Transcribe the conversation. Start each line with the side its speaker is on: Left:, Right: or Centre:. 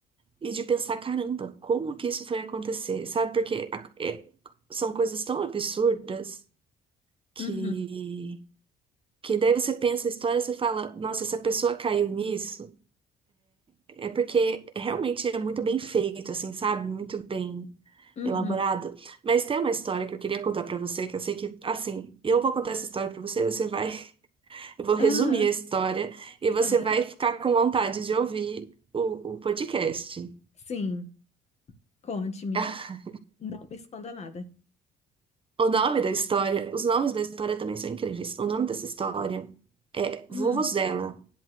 Right: e de pensar, caramba, como que isso foi acontecer? Sabe? Porque a- é- são coisas tão absurdas que,
Left: Uhum.
Right: que daí você pensa a história, você fala, nossa, essa pessoa caiu nisso, é porque realmente é muito bem feito, assim, sabe? Muito bem
Left: Uhum.
Right: elaborado. Mas tem uma história que eu queria contar pra você, que eu sei que, assim, eu vou contar essa história pra você, você vai Eu vou resumir
Left: Aham.
Right: a história e você
Left: Aham.
Right: vai ficar com vontade de ouvir o, o podcast.
Left: Sim. Conte-me.
Right: <laughs>
Left: Não me esconda nada.
Right: O nome da história, os nomes da história também são incríveis. O nome dessa história é
Left: Hum,
Right: Vuvuzela.